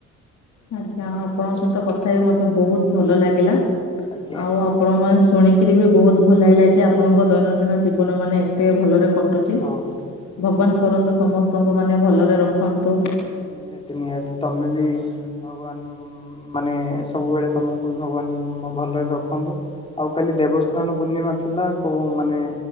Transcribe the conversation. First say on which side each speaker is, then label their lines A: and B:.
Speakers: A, on the left; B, on the left.
A: ଆଜ୍ଞା ଆପଣଙ୍କ ସହିତ କଥା ହେଇ ମତେ ବହୁତ ଭଲ ଲାଗିଲା।
B: ଆଜ୍ଞା
A: ଆଉ
B: ଆଜ୍ଞା
A: ଆପଣଙ୍କ କଥା ଶୁଣିକିରି ବି ବହୁତ ଭଲ ଲାଗିଲା ଯେ ଆପଣଙ୍କ ଦୈନନ୍ଦିନ ଜୀବନ ମାନେ ଏତେ ଭଲରେ କଟୁଛି
B: ହଁ ହୁଁ
A: ଭଗବାନ
B: ହୁଁ
A: କରନ୍ତୁ ସମସ୍ତଙ୍କୁ ମାନେ ଭଲରେ
B: ହଁ
A: ରଖନ୍ତୁ।
B: ନିହାତି ନିହାତି ତମେ ବି ଭଗବାନ ମାନେ ସବୁବେଳେ ତମକୁ ବି ଭଗବାନ ଭଲରେ ରଖନ୍ତୁ। ଆଉ କାଲି ଦେବସ୍ନାନ ପୂର୍ଣ୍ଣିମା ଥିଲା କୋଉ ମାନେ